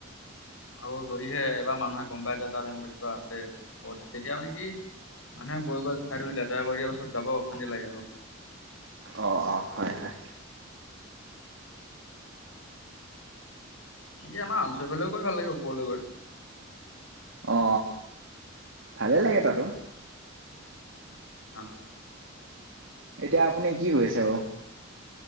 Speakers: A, on the left (about 80°); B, on the right (about 65°).
A: আৰু যদিহে এবাৰ মানুহে গম পাই যে তাত এনেকুৱা কিবা আছে তেতিয়া মানে কি মানুহে গৈ-গৈ ঠাইটোহি লেতেৰা কৰি দিয়া পাছত যাব অশান্তি লাগে আৰু
B: অ-অ হয়-হয়
A: <unintelligible> আমাৰ হোমচাইফালেও গৈ ভাল লাগে ওপৰলৈ গৈ
B: অ ভালেই লাগে তাতো
A: অ,
B: এতিয়া আপুনি কি কৰি আছে বাও